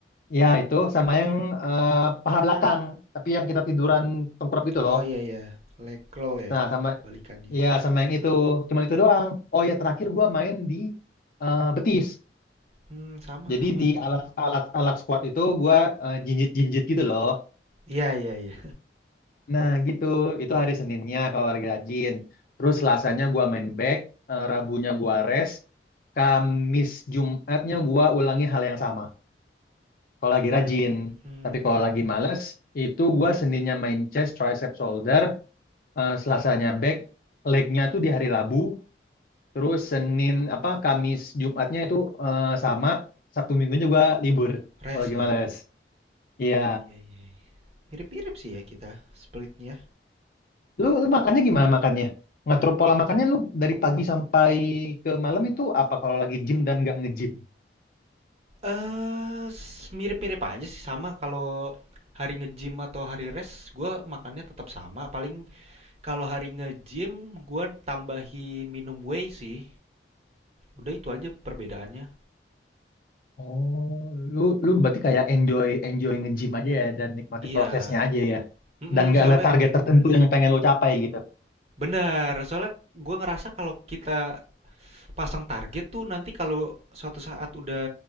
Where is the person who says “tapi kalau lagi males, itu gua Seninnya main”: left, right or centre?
Left